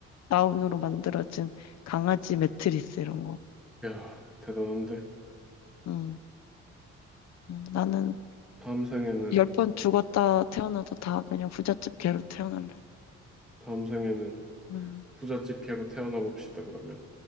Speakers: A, on the left; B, in the centre.
A: 다운으로 만들어진 강아지 매트리스 이런 거.
B: 야, 대단한데?
A: 응. 응. 나는
B: 다음 생에는,
A: 열 번 죽었다 태어나도 다 그냥 부잣집 개로 태어날래.
B: 다음 생에는
A: 응.
B: 부잣집 개로 태어나 봅시다, 그러면.